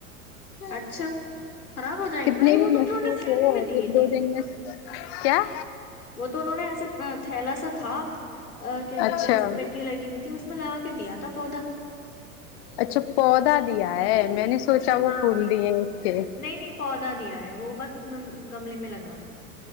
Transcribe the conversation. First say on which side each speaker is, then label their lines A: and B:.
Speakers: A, on the left (about 70°); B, on the left (about 45°).
A: اچھا خراب ہو جائیں
B: کتنے
A: گے نہیں
B: بھی
A: وہ تو
B: مصروف
A: انہوں نے تھھیلے
B: ہو
A: میں دیے
B: ایک
A: تھے
B: دو دن میں کیا
A: وہ تو انہوں نے ایسے تھیلا سا تھا ا کیا کہتے
B: اچھا
A: ہیں اس میں مٹی لگی ہوئی تھی اس میں لگا کے دیا تھا پودا
B: اچھا پودا دیا میں نے سوچا وہ
A: ہاں
B: پھول دیے اس کے
A: نہیں نہیں پودا دیا وہ بس اس میں گملے میں لگا